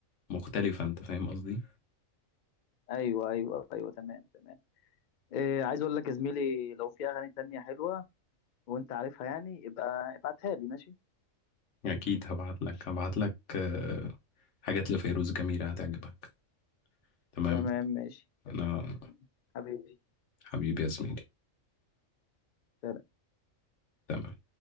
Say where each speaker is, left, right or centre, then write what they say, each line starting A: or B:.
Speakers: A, on the left; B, on the left.
A: مختلفة انت فاهم قصدي
B: ايوه ايوه ايوه تمام تمام إيه عايز اقول لك يا زميلي لو في اغاني تانية حلوة وانت عارفها يعني ابقى ابعتها لي ماشي
A: اكيد هبعت لك هبعت لك آه، حاجات لفيروز جميلة هتعجبك تمام
B: تمام ماشي تمام
A: انا
B: تمام. حبيبي
A: حبيبي يا زميلي
B: سلام.
A: تمام